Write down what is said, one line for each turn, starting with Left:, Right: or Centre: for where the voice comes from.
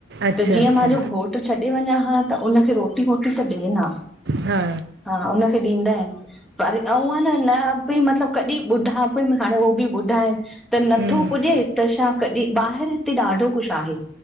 Right: अच्छा
Centre: त जीअं
Right: अच्छा
Centre: मुंहिंजो घोटु छॾे वञा हां त उनखे रोटी- वोटी त ॾियन हां।
Right: हा
Centre: हा हुनखे ॾींदा इन। पर अंउ आ न, न बई मतलबु कॾीं बुढापे में हाणे हो बि ॿुढा इन त नथो
Right: हम्म
Centre: पुॼे त छा कॾे, ॿाहिर हिते ॾाढो कुछ आहे,